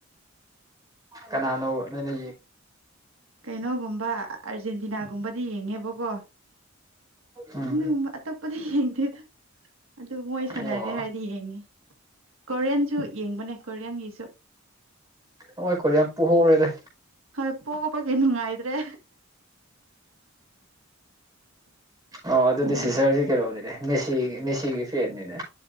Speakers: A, on the right; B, on the right.
A: ꯀꯅꯥꯅꯣ ꯅꯅ
B: ꯀꯩꯅꯣꯒꯨꯝꯕ ꯑꯥꯔꯖꯦꯟꯇꯤꯅꯥꯒꯨꯝꯕꯗꯤ ꯌꯦꯡꯉꯦꯕꯀꯣ
A: ꯎꯝ
B: ꯑꯨꯝ ꯇꯞꯄꯗꯤ ꯌꯦ ꯇꯗ ꯑꯗꯨ ꯃꯣꯏ ꯁꯥꯟꯅꯔꯦ
A: ꯑꯣ
B: ꯍꯥꯏꯗꯤ ꯌꯦꯡꯉꯦ ꯀꯣꯔꯤꯌꯟꯁꯨ ꯌꯦꯡꯕꯅꯦ ꯀꯣꯔꯤꯌꯟꯒꯤꯁꯨ
A: ꯍꯣꯏꯈꯣ ꯌꯥꯝ ꯄꯨꯍꯧꯔꯣꯏꯗ
B: ꯍꯣꯏ ꯄꯣꯛꯕꯒꯤ ꯅꯨꯡꯉꯥꯏꯇ꯭ꯔꯦ
A: ꯑꯣ ꯑꯗꯨꯗꯤ
B: ꯃꯣꯏ
A: ꯁꯤꯖꯔꯁꯤ ꯀꯩꯔꯧꯗꯤꯅꯦ ꯃꯦꯁꯤ ꯃꯦꯁꯤꯒꯤ ꯐꯦꯟꯅꯤꯅꯦ